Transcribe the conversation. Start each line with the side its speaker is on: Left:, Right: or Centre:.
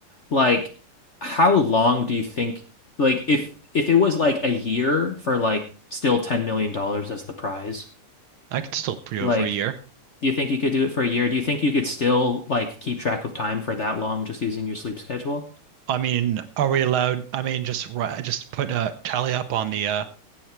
Left: Like, how long do you think, like, if if it was like a year for like still 10 million dollars as the prize,
Right: I could still do
Left: like,
Right: it for a year.
Left: do you think you could do it for a year? Do you think you could still like keep track of time for that long just using your sleep schedule?
Right: I mean, are we allowed? I mean, just ri- just put a tally up on the uh